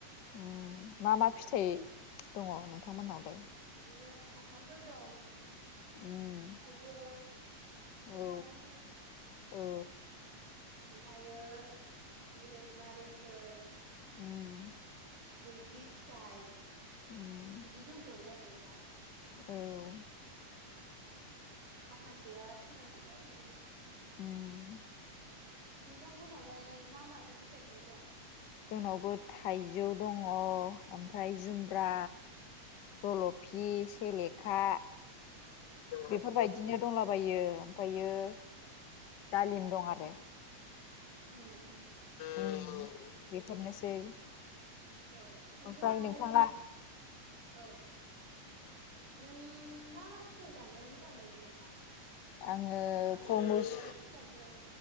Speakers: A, on the left; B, on the right.
A: उम मा मा फिथाइ दङ नोंथांमोननावलाय?
B: इनो खान्थालफोर दं
A: उम
B: थाइजौ सफारि
A: औ औ
B: ओमफायो जेरै नारेंफोर
A: उम
B: बैग्रि फिथाइ
A: उम
B: बिदि दंथ'यो आरो दा।
A: औ
B: माखासेया थैलांजोबबाय इदिनो
A: उम
B: नोंथांमोनालाय मा माथो फिथाइफोर दं?
A: जोंनावबो थाइजौ दङ ओमफ्राय जुमब्रा, जल'फि,
B: औ
A: सेलेखा बेफोरबायदिनो दंलाबायो। ओमफायो दालिम दं आरो
B: उम उम
A: उम बेफोरनोसै
B: औ नोंथाङालाय
A: ओमफ्राय नोंथाङा
B: औ नों मा मा फिथाइ जानो मोजां मोनो नोंथां?
A: आङो
B: माने
A: थुरमुस
B: बिदिनो फिथाइफोर